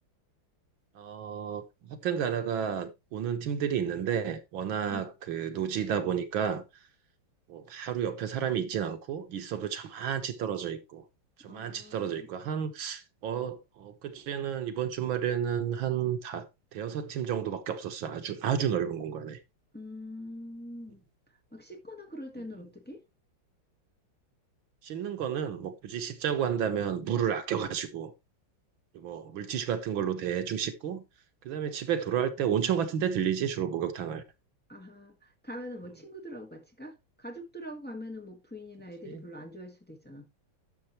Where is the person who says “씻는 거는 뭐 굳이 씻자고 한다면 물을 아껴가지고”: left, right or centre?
Right